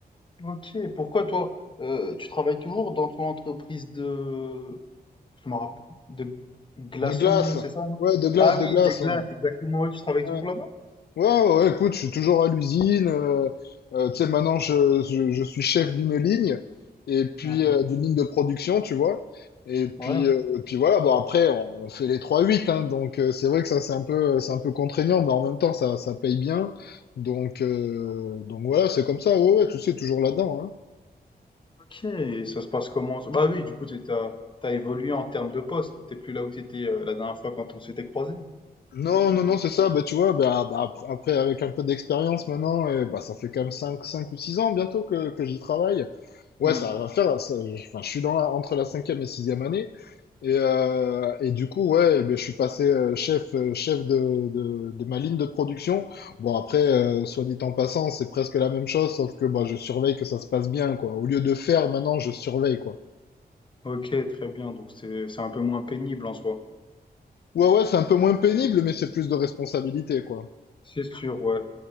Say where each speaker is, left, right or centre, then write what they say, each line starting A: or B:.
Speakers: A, on the left (about 30°); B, on the left (about 80°).
A: OK. Pourquoi toi, heu, tu travailles toujours dans ton entreprise de Je me rappelle. De glaçons,
B: De glace.
A: c'est ça, non?
B: Ouais, de glace,
A: Ah oui,
B: de glace.
A: des glaces,
B: ouais.
A: exactement. Ouais, tu travailles toujours
B: Ouais.
A: là-bas?
B: Ouais, ouais, ouais, écoute, je suis toujours à l'usine. euh, euh, tu sais, maintenant, je, je- je suis chef d'une ligne, et puis
A: Ah,
B: euh,
A: ah.
B: d'une ligne de production, tu vois. Et puis,
A: Ouais.
B: euh, et puis voilà, bon, après, on fait les trois huit hein, donc euh, c'est vrai que ça, c'est un peu, c'est un peu contraignant, mais en même temps, ça, ça paye bien. Donc, euh, donc voilà, c'est comme ça, ouais, ouais, tu sais, toujours là-dedans, hein.
A: Ok, et ça se passe comment? ça Bah oui, du coup, t'es- t'as, t'as évolué en termes de poste. T'es plus là où t'étais euh, la dernière fois quand on s'était croisés.
B: Non, non, non, c'est ça. Bah, tu vois, bah, ap- après, avec un peu d'expérience maintenant, et, bah, ça fait quand même 5, cinq ou 6 ans bientôt que, que j'y travaille. Ouais,
A: Hmm.
B: ça va faire. ça- enfin, je suis dans la- entre la cinquième et sixième année. Et, euh, et du coup, ouais, ben je suis passé euh, chef, euh, chef de, de, de ma ligne de production. Bon, après, euh, soit dit en passant, c'est presque la même chose, sauf que bah, je surveille que ça se passe bien, quoi. Au lieu de faire, maintenant, je surveille, quoi.
A: Ok, très bien. Donc c'est, c'est un peu moins pénible en soi.
B: Ouais, ouais, c'est un peu moins pénible, mais c'est plus de responsabilité, quoi.
A: C'est sûr, ouais.